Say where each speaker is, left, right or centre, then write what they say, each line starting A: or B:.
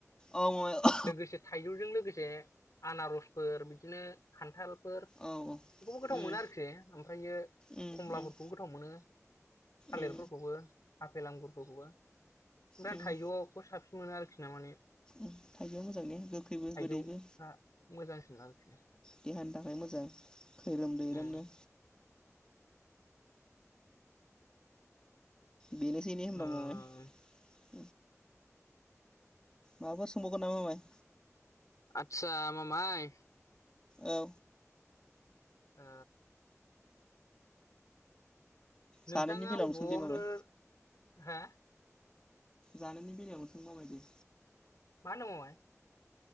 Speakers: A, on the left; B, on the left.
A: औ मामाय औ
B: लोगोसे थाइजौजों लोगोसे आनारसफोर बिदिनो खान्थाल फोर
A: औ उम
B: बेखौबो गोथाव मोनो आरोखि ओमफ्रायो
A: उम
B: खमलाफोरखौबो
A: उम
B: गोथाव मोनो थालिरफोरखौबो
A: उम
B: आपेल आांगुरफोरखौबो ओमफ्राय
A: उम
B: थाइजौखौ साबसिन मोनो आरोखि ना माने
A: उम थाइजौआ मोजां ने गोखैबो
B: थाइजौफ्रा
A: गोदैबो
B: मोजांसिन आरोखि
A: देहानि थाखाय मोजां खैरोम दैैरोमनो
B: उम
A: बेनोसैने होमबा
B: ओ
A: मामाय माबाफोर सोंबावगोन नामा मामाय
B: आतसा मामाय
A: औ
B: ओ नोंथाङा
A: जानायनि बेलायावनो
B: अबाव
A: सोंदे मामाय
B: होरो हो
A: जानायनि बेलायाव सों माबायदि
B: मानङवाय